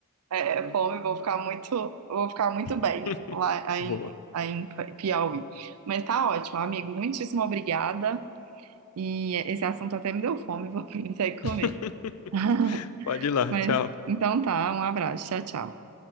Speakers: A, on the right (about 80°); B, on the left (about 75°).
A: é, é fome, vou ficar muito, vou ficar muito bem
B: <laughs>
A: lá em,
B: Boa.
A: aí em Piauí. Mas tá ótimo, amigo. Muitíssimo obrigada. E esse assunto até me deu fome, vou <laughs> sair comer.
B: <laughs>
A: <laughs>
B: Pode ir lá,
A: Mas
B: tchau.
A: então tá, um abraço. Tchau, tchau.